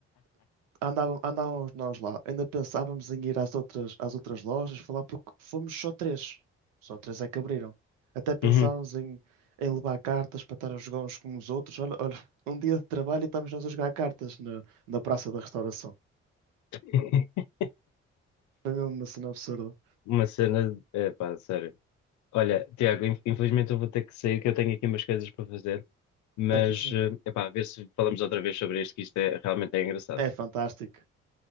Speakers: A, on the right; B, on the left.
A: andávamos, andávamos nós lá, ainda pensávamos em ir às outras, às outras lojas falar, porque fomos só três. Só três é que abriram. Até pensávamos
B: Uhum.
A: em, em levar cartas para estar a jogar uns com os outros. Olha, olha, um dia de trabalho e estamos nós a jogar cartas na, na Praça da Restauração.
B: <laughs>
A: Foi mesmo uma cena absurda.
B: Uma cena. É pá, sério. Olha, Tiago, in- infelizmente eu vou ter que sair, que eu tenho aqui umas coisas para fazer, mas
A: Certíssimo.
B: é pá, a ver se falamos outra vez sobre isto, que isto é realmente é engraçado.
A: É fantástico.